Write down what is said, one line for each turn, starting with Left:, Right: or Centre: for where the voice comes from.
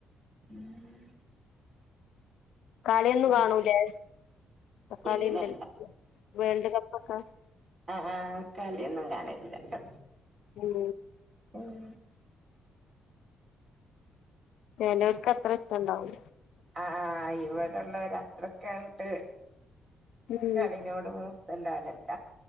Right: <unintelligible>
Left: കളിയൊന്നും
Right: ഉം
Left: കാണൂലേ തക്കാളിണ്ട
Right: ഇല്ലല്ല
Left: വേൾഡ് കപ്പൊക്കെ
Right: ആഹ് കളിയൊന്നും കാണല്ലാട്ടോ
Left: ഉം
Right: ഉം
Left: ഞാനവർക്ക് അത്ര ഇഷ്ടം ഇണ്ടാവു
Right: ആ ആ- അള്ള അത്രക്ക് അങ്ങോട്ട്‌
Left: ഉം
Right: കളനോട <unintelligible> ണ്ടാവാലട്ട